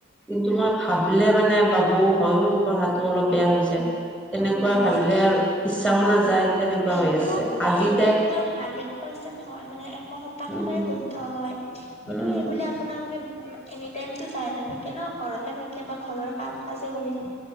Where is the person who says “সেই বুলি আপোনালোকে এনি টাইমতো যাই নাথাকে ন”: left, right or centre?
Left